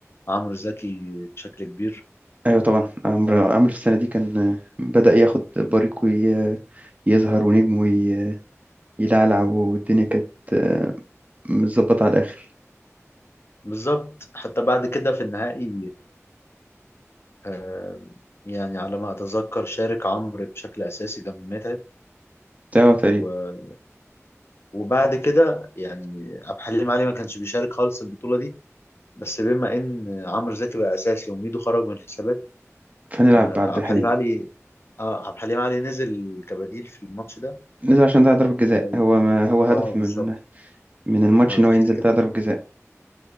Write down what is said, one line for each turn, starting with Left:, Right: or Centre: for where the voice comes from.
Left: عمرو زكي بشكل كبير
Right: ايوه طبعا عمرو
Left: آه
Right: عمرو السنة دي كان آه، بدأ ياخد بريقه ي- يظهر ونجمه ي- يلعلع والدنيا كانت آه، متظبطة على الآخر
Left: بالظبط حتى بعد كده في النهائي آه يعني على ما أتذكر شارك عمرو بشكل أساسي جنب متعب
Right: بتاعه تقريبا
Left: و وبعد كده يعني عبد الحليم علي ما كانش بيشارك خالص البطولة دي بس بما ان عمرو زكي بقى اساسي وميدو خرج من الحسابات
Right: فنلعب
Left: آه،
Right: بعبد
Left: عبد
Right: الحليم
Left: الحليم علي اه عبد الحليم علي نزل كبديل في الماتش ده
Right: نزل عشان ده ضربة جزاء
Left: ولو-
Right: هو ما هو هدفي
Left: اه بالظبط
Right: من من الماتش
Left: لو
Right: إن
Left: تفتكر
Right: هو ينزل ده ضربة جزاء